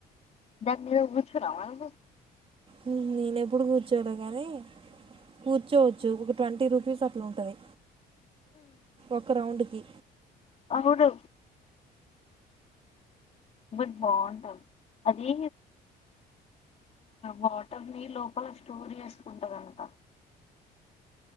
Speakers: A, on the left; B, on the right.
A: దాని మీద గుచ్చున్నావా నువ్వు
B: మ్మ్, నేను ఎప్పుడు కూర్చోలే కానీ కూర్చోవచ్చు ఒక ట్వంటీ రూపీస్ అట్లా ఉంటది ఒక రౌండ్కిి
A: అవును బట్ బావుంటది అది వాటర్ ని లోపల స్టోర్ చేసుకుంటదంట